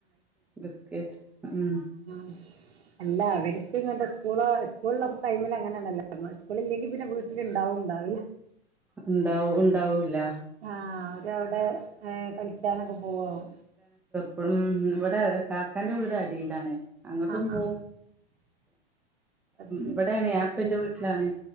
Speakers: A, in the centre; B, on the right.
A: ബിസ്കറ്റ് ഉം
B: ആ അല്ല അവർക്ക് ഇസ്കൂള് ഇസ്കൂളുള്ള ടൈമിൽ അങ്ങനണല്ലോ. ഇസ്കൂള് ഇല്ലെങ്കിൽ പിന്നെ വീട്ടിലുണ്ടാവുംണ്ടാവില്ല.
A: ഉണ്ടാവും ഉണ്ടാവൂല്ല
B: ആഹ് അവരവിടെ ങ് കളിക്കാനൊക്കെ പോവും.
A: ഇപ്പം ഇവിടെ കാക്കാന്റെ വീട് അടിയിലാണ്. അങ്ങോട്ടും
B: ആഹ്
A: പോവും,
B: ആഹ് അത് ശരി
A: ഇവിടെയാണ്, ഞാൻപ്പന്റെ വീട്ടിലാണ്.